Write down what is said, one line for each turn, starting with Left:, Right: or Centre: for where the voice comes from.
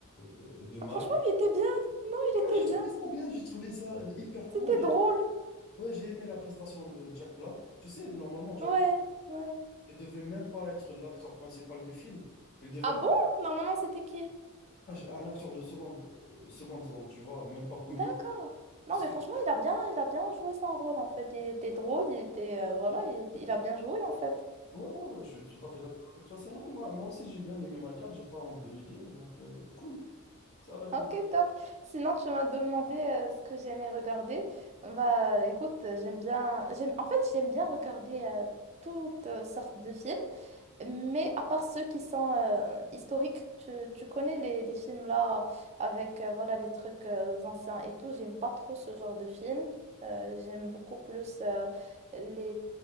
Left: euh, de mal.
Right: Ah, franchement, il était bien. Non, il
Left: Ouais,
Right: était
Left: j'ai
Right: bien.
Left: trouvé ça bien, j'ai trouvé ça hyper
Right: C'était
Left: cool. J'ai
Right: drôle.
Left: ouais, j'ai aimé la prestation de Jack Black. Tu sais, normalement, Jack
Right: Ouais,
Left: Black
Right: ouais.
Left: ne devait même pas être l'acteur principal du film. Il devait
Right: Ah
Left: être
Right: bon? Normalement, c'était qui?
Left: un acteur de seconde, euh, seconde zone, tu vois, même pas connu.
Right: D'accord. Non,
Left: Parce
Right: mais
Left: que,
Right: franchement,
Left: ouais,
Right: il a bien, il a bien joué son rôle en fait. Il était drôle, il était, euh, voilà, il, était- il a bien joué en fait.
Left: ouais, ouais, je suis tout à fait d'accord avec toi. C'est non, moi, moi aussi, j'ai bien aimé Michael, j'ai pas honte de le dire. Donc, euh, cool, ça la cool.
Right: Ok, top. Sinon, tu m'as demandé euh, ce que j'aimais regarder. Bah, écoute, euh, j'aime bien. J'aime... En fait, j'aime bien regarder euh, toutes euh, sortes de films. Mais à part ceux qui sont euh, historiques, tu, tu connais les, les films là avec euh, voilà les trucs euh, anciens et tout. J'aime pas trop ce genre de films. Euh, j'aime beaucoup plus euh, les